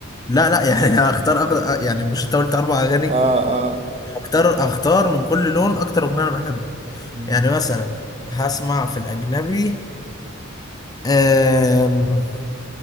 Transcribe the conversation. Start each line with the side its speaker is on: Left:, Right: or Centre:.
Left: لا لا يعني <laughs> هختار
Right: <laughs>
Left: أغ... يعني مش انت قلت اربع اغاني
Right: اه اه
Left: اختار اختار من كل لون اكتر اغنيه انا بحبها
Right: مم،
Left: يعني مثلا هسمع في الاجنبي أم...